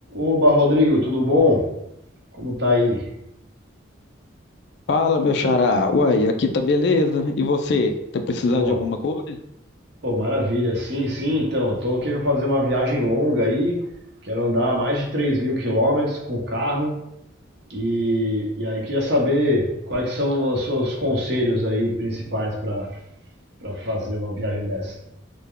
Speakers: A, on the right; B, on the left.
A: Oba, Rodrigo, tudo bom? Como tá aí?
B: Fala, meu xará. Uai, aqui tá beleza. E você? Tá precisando
A: Pô,
B: de alguma coisa?
A: pô, maravilha. Sim, sim, então, tô querendo fazer uma viagem longa aí, quero andar mais de 3 mil quilômetros com o carro e, e aí queria saber quais que são os seus conselhos aí principais para para fazer uma viagem dessa.